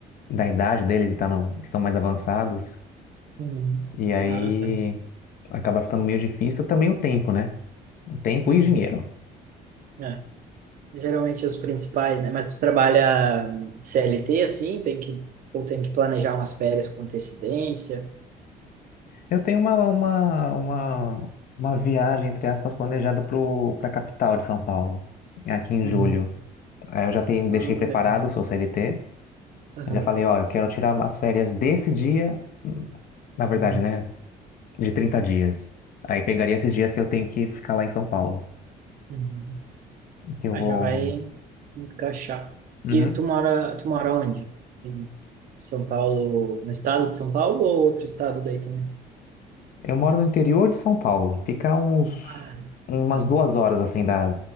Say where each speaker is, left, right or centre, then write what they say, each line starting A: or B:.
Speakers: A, on the left; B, on the right.
A: da idade deles e tá no- estão mais avançados.
B: Uhum.
A: E aí
B: Ah, tá.
A: acaba ficando meio difícil também o tempo, né? O tempo
B: Sim.
A: e dinheiro.
B: É. Geralmente os principais, né? Mas tu trabalha hum, CLT assim, tem que ou tem que planejar umas férias com antecedência.
A: Eu tenho uma, uma, uma, uma viagem, entre aspas, planejada para a capital de São Paulo, é aqui em
B: Uhum.
A: julho. Aí eu já tenho,
B: Ah,
A: deixei preparado,
B: legal.
A: sou CLT.
B: Aham.
A: Eu já falei, ó, eu quero tirar umas férias desse dia, na verdade,
B: Uhum.
A: né? De 30 dias. Aí pegaria esses dias que eu tenho que ficar lá em São Paulo.
B: Uhum.
A: Que eu
B: Ah,
A: vou.
B: já vai encaixar.
A: Uhum.
B: E tu mora, tu mora onde? Em São Paulo, no estado de São Paulo ou outro estado daí também?
A: Eu moro no interior de São Paulo. Fica uns
B: Ah,
A: umas
B: tá.
A: duas horas assim da,